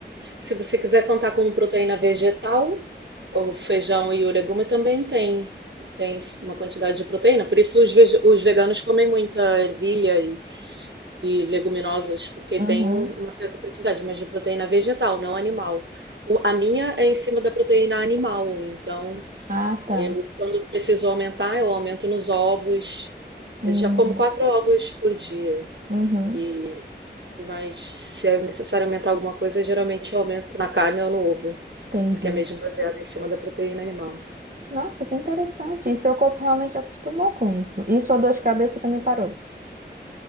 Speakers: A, on the right; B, on the right.
A: Se você quiser contar como proteína vegetal, o feijão e o legume também tem, tem uma quantidade de proteína. Por isso os, vege- os veganos comem muita ervilha e, e leguminosas, porque
B: Uhum.
A: tem um- uma certa quantidade, mas de proteína vegetal, não animal. O- a minha é em cima da proteína animal, então
B: Ah, tá.
A: Eu, quando preciso aumentar, eu aumento nos ovos.
B: Uhum.
A: Eu já como quatro ovos por dia.
B: Uhum.
A: E, mas se é necessário aumentar alguma coisa, eu geralmente aumento na carne ou no ovo,
B: Entendi.
A: porque é mesmo baseado em cima da proteína animal.
B: Nossa, que interessante. E seu corpo realmente acostumou com isso. E sua dor de cabeça também parou.